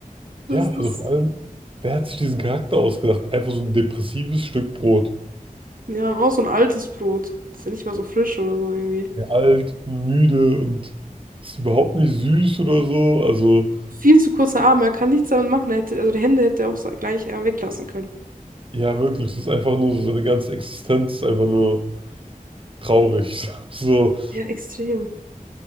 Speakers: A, on the right; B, on the right.
A: Was
B: ja,
A: ist
B: also
A: das?
B: vor allem, wer hat sich diesen Charakter ausgedacht? Einfach so ein depressives Stück Brot.
A: Ja, und auch so ein altes Brot. Das ist ja nicht mal so frisch oder so irgendwie.
B: Ja, alt und müde und ist überhaupt nicht süß oder so. Also,
A: Viel zu kurze Arme, er kann nichts damit machen. Er hätte, also die Hände hätte er auch sa- gleich äh, weglassen können.
B: ja, wirklich, es ist einfach nur so, seine ganze Existenz ist einfach nur traurig. <laughs> So.
A: Ja, extrem.